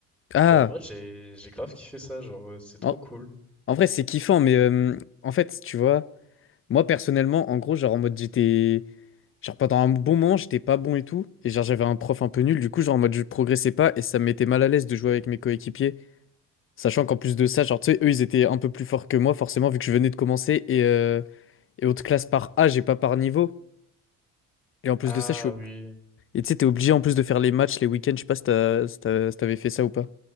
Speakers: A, on the left; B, in the centre.
A: Ah,
B: Genre en vrai j'ai j'ai grave kiffé ça, genre euh, c'est trop
A: en,
B: cool.
A: en vrai, c'est kiffant, mais euh, en fait, tu vois, moi personnellement, en gros, genre en mode j'étais, genre pendant un bon moment, j'étais pas bon et tout, et genre j'avais un prof un peu nul, du coup, genre en mode je progressais pas et ça me mettait mal à l'aise de jouer avec mes coéquipiers, sachant qu'en plus de ça, genre tu sais, eux, ils étaient un peu plus forts que moi, forcément, vu que je venais de commencer et euh, et haute classe par âge et pas par niveau. Et en plus
B: Ah
A: de ça, je suis. ob-
B: oui,
A: Et tu sais, t'es obligé en plus de faire les matchs, les week-ends. Je sais pas si t'as- si t'as- si t'avais fait ça ou pas.